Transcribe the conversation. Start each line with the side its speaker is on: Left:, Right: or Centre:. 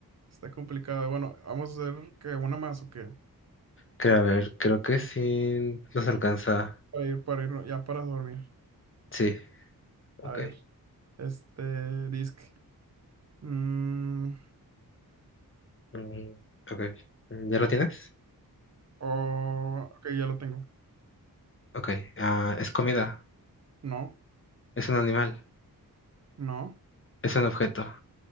Right: Está complicado. Bueno, vamos a hacer que una más o qué.
Left: Creo, a ver, creo que sí nos alcanza.
Right: Para ir, para ir, ya para dormir.
Left: Sí, ok.
Right: A ver, este, disc. Mm,
Left: Mm, ok. Mm, ¿Ya lo
Right: oh,
Left: tienes?
Right: oh, ok, ya lo tengo.
Left: Ok. Ah, es comida.
Right: No,
Left: Es un animal.
Right: no,
Left: Es un objeto.